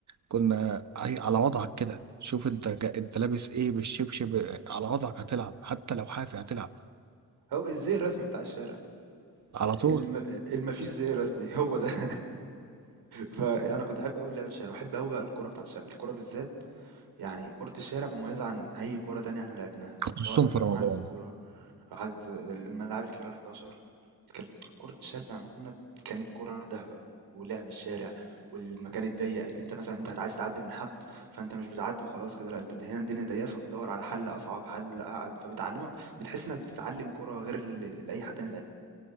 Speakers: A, on the right; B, on the right.
A: كنا عي- على وضعك كده شوف انت جا... انت لابس ايه بالشبشب على وضعك هتلعب حتى لو حافي هتلعب
B: هو الزي الرسمي بتاع الشارع
A: على
B: الم...
A: طول
B: المفيش زي رسمي هو ده <laughs> فأنا كنت أحب أوي اللعب الشارع وأحب أوي بقى الكرة بتاعت الشارع الكرة بالذات يعني كرة الشارع مميزة عن أي كرة تانية احنا لعبناها
A: خصوصا
B: سواء مثلا
A: في رمضان
B: حجز كورة أو حجز الملاعب الكبيرة 11 كان- كرة الشارع يا مهند كانت كرة لوحدها بقى ولعب الشارع والمكان الضيق اللي انت مثلا انت عايز تعدي من حد فانت مش بتعدي وخلاص كده لا انت هنا الدنيا ضيقه فبتدور على حل اصعب حل اقعد فبتعلمك بتحس انك بتتعلم كرة غير اللي اللي اي حد تاني لعبها